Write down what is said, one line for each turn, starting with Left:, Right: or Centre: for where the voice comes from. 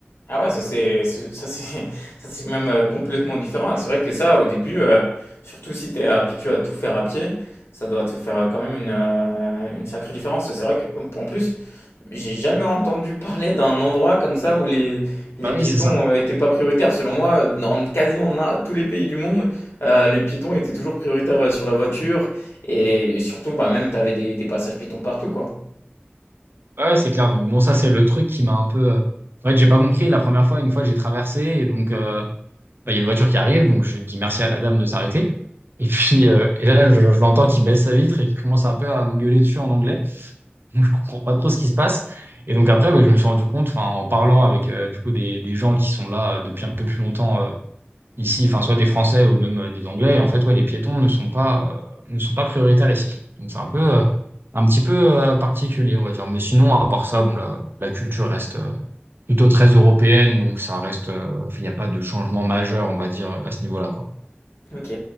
Left: Ah ouais, ça c'est c'est- ça c'est <laughs> ça c'est même euh, complètement différent. Et C'est vrai que ça, au début, euh, surtout si tu es habitué à tout faire à pied, ça doit te faire euh, quand même une, euh, une sacrée différence. C'est vrai qu'en plus, J'ai jamais entendu parler d'un endroit comme ça où les les
Right: Bah
Left: piétons,
Right: oui, c'est ça.
Left: heu, étaient pas prioritaires. Selon moi, heu, dans quasiment na tous les pays du monde, heu, les piétons étaient toujours prioritaires, heu, sur la voiture et surtout, bah, même tu avais des des passages piétons partout, quoi.
Right: Ouais, c'est clair. Donc, bon, ça, c'est le truc qui m'a un peu. euh, En fait, j'ai pas compris la première fois. Une fois, j'ai traversé et donc, euh, bah, il y a une voiture qui arrive. Donc, je dis merci à la dame de s'arrêter. Et puis, euh, et là, je, je l'entends qui baisse sa vitre et qui commence un peu à me gueuler dessus en anglais. Donc, je comprends pas trop ce qui se passe. Et donc après, ouais, je me suis rendu compte, enfin, en parlant avec euh, du coup des, des gens qui sont là euh, depuis un peu plus longtemps euh, ici, enfin, soit des Français ou même euh, des Anglais, en fait, ouais, les piétons ne sont pas, euh, ne sont pas prioritaires ici. Donc c'est un peu, euh, un petit peu euh, particulier, on va dire. Mais sinon, à part ça, bon, la, la culture reste euh, plutôt très européenne, donc ça reste, euh, enfin, il n'y a pas de changement majeur, on va dire, à ce niveau-là, quoi.
Left: OK.